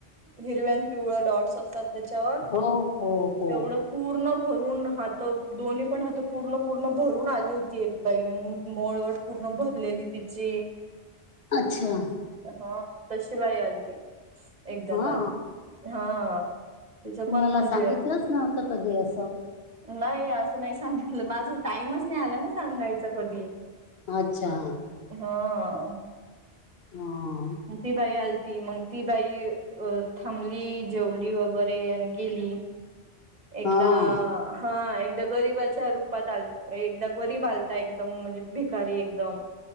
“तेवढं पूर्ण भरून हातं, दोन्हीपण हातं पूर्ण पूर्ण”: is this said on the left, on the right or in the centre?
Right